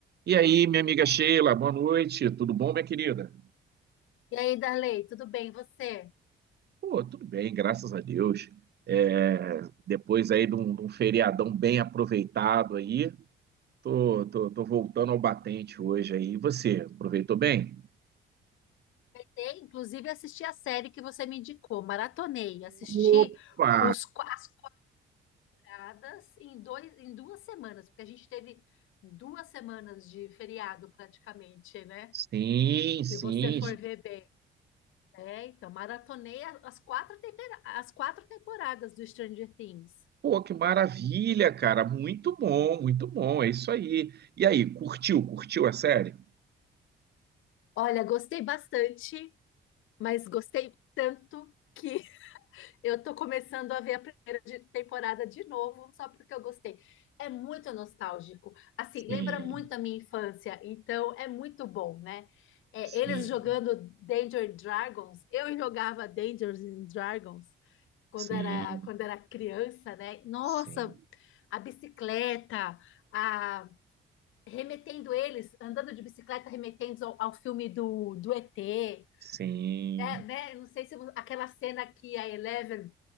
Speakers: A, on the right (about 55°); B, on the left (about 80°).
A: E aí, minha amiga Sheila, boa noite. Tudo bom, minha querida?
B: E aí, Darley, tudo bem? E Você?
A: Pô, tudo bem, graças a Deus. É, depois aí de um, de um feriadão bem aproveitado aí, tô, tô, tô voltando ao batente hoje aí. E você, aproveitou bem?
B: E, inclusive, assisti a série que você me indicou, maratonei, assisti
A: Opa!
B: os, qua- as quadradas em, dois, em duas semanas, porque a gente teve duas semanas de feriado praticamente, né?
A: Sim, sim.
B: Se você for ver bem. É, então, maratonei a- as quatro, tempera- as quatro temporadas do Stranger Things.
A: Pô, que maravilha, cara. Muito bom, muito bom. É isso aí. E aí, curtiu? Curtiu a série?
B: Olha, gostei bastante, mas gostei tanto que Eu tô começando a ver a primeira de- temporada de novo, só porque eu gostei. É muito nostálgico. Assim,
A: Sim,
B: lembra muito a minha infância, então é muito bom, né? É,
A: sim,
B: eles jogando Danger Dragons, eu jogava Danger Dragons quando
A: sim,
B: era, quando era criança, né? Nossa,
A: sim,
B: a bicicleta, a, remetendo eles, andando de bicicleta, remetendo ao, ao filme do, do ET.
A: sim.
B: É, né? Não sei se aquela cena que a Eleven